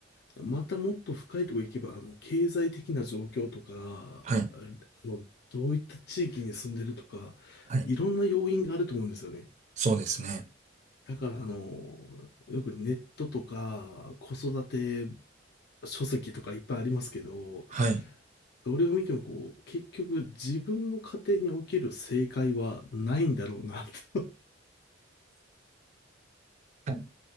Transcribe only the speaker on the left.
またもっと深いところ行けば、あの、経済的な状況とか、
あの、どういった地域に住んでるとか、
いろんな要因があると思うんですよね。
だから、あの、よくネットとか、子育て書籍とかいっぱいありますけど、
どれを見てもこう、結局自分の家庭における正解はないんだろうなと